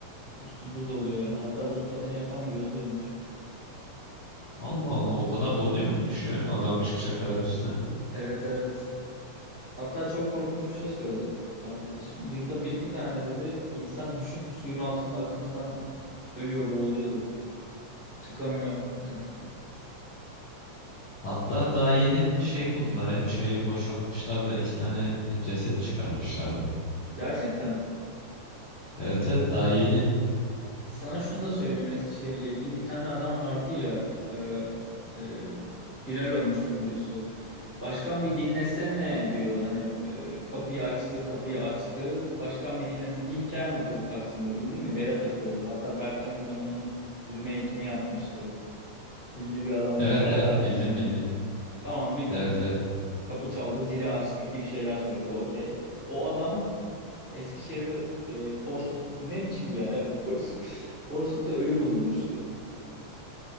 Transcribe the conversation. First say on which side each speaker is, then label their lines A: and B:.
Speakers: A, on the right (about 65°); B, on the left (about 70°).
A: Üstü buz oluyor yani. Hatta buz pateni yapan bile oluyormuş.
B: Allah Allah o kadar donuyor muymuş ya adam çıkacak kadar üstüne.
A: Evet evet. Hatta çok korkunç bir şey söyledi arkadaşım. Yılda bir iki tane dedi insan düşüp suyun altında akıntıdan ölüyor, boğuluyor dedi. Çıkamıyor dedi.
B: Hatta daha yeni şey buldular ya çayı boşaltmışlar da iki tane e, ceset çıkarmışlardı.
A: Gerçekten.
B: Evet evet daha yeni.
A: Sana şunu da söyleyeyim Eskişehir'le ilgili. Bir tane adam vardı ya e, e, viral olmuştu videosu. Başkan bir dinlesene diyordu. Hani e, kapıyı açtı, kapıyı açtık. Başkan bir dinlesene. Bir hikaye anlatıyordu Taksim'de bildin mi? Bere takıyordu. Hatta Berkcan Güven onun remake'ini yapmıştı. Ünlü bir adamdı.
B: Evet
A: Bayağı
B: evet
A: izlendi.
B: bildim bildim.
A: Tamam bildin.
B: Evet evet.
A: Kapı çaldı, zili açtık gibi şeyler söylüyordu. Okey. O adam Eskişehir'de e, Porsuk ne biçim bir yer ya? <laughs> Porsuk. Porsuk'ta ölü bulunmuştu.